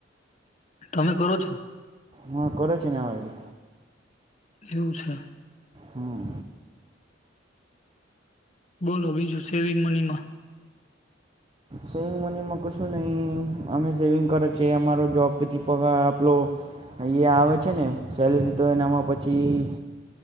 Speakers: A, on the left; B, on the right.
A: તમે કરો છો
B: હા કર છેને એ
A: એવું છે
B: હમ
A: બોલો બીજું સેવિંગ મનીમાં.
B: સેવિંગ મનીમાં કશું નહી અમે સેવિંગ કરે છીએ અમારો જોબ પથી પગાર આપલો. અહીંયા આવે છે ને સેલેરી. તો એનામાં પછી